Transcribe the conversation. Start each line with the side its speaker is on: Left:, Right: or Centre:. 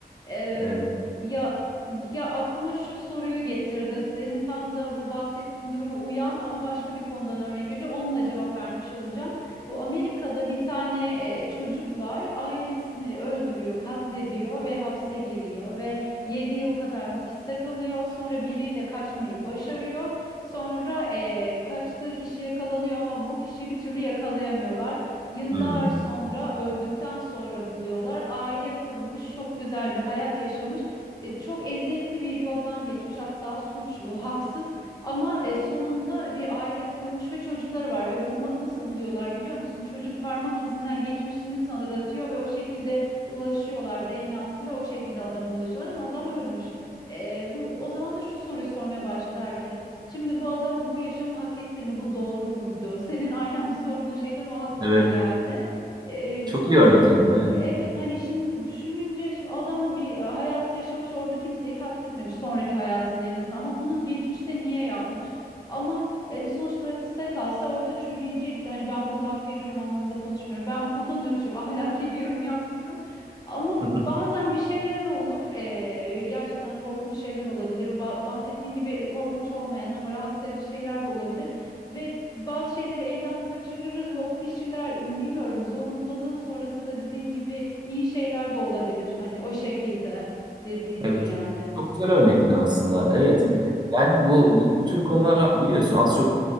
Left: e,
Right: Evet.
Left: ya ya aklıma şu soruyu getirdi. Senin tam da bu bahsettiğin duruma uyan ama başka bir konudan örnek vereceğim. Onunla cevap vermiş olacağım. Bu Amerika'da bir tane e, çocuk var. Ailesini öldürüyor, katlediyor ve hapse giriyor ve 7 yıl kadar hapiste kalıyor. Sonra biriyle kaçmayı başarıyor. Sonra eee, kaçtığı kişi yakalanıyor ama bu kişiyi bir türlü yakalayamıyorlar. Yıllar
Right: Hmm.
Left: sonra öldükten sonra buluyorlar. Aile kurmuş, çok güzel bir hayat yaşamış. E, çok eziyetli bir yoldan geçmiş hatta suçlu, haksız ama e, sonunda bir aile kurmuş ve çocukları var ve bulma, nasıl buluyorlar biliyor musun? Çocuk parmak izinden geçmişini tanıtıyor ve o şekilde ulaşıyorlar DNA'sıyla o şekilde adama ulaşıyorlar ama adam ölmüş. E, bu o zaman da şu soruyu sormaya başladı herkes. Şimdi bu adam bu yaşamı hak etti mi? Bu doğru muydu? Senin aynen sorduğun şeyden o aklıma
Right: Evet.
Left: geldi. Ee,
Right: Çok
Left: bu konuda
Right: iyi örnekledin. Evet.
Left: evet hani şimdi düşününce şimdi adam bir e, hayat yaşamış orada kimseyi katletmemiş sonraki hayatında en azından ama bunu geçmişte niye yapmış? Ama yani sonuçta hapiste kalsa orada çürüyecekti. Hani ben burada hak veriyorum anlamında konuşmuyorum. Ben bu konuda nötrüm. <laughs> Ahlaki bir yorum yapmıyorum. Ama
Right: <laughs>
Left: bazen bir şeyler olur. eee, gerçekten korkunç şeyler olabilir. Ba- bahsettiğin gibi korkunç olmayan ama rahatsız edici şeyler de olabilir. Ve bazı şeyleri elden kaçırırız. ve O kişiler bilmiyorum zorundalığın sonrasında dediğin gibi iyi şeyler de olabilir. Hani o şekilde dediğim
Right: Evet.
Left: gibi yani.
Right: Çok güzel örnekledin aslında. Evet.
Left: Hı hı.
Right: Yani bu, bu, bu tür konular biliyorsun az çok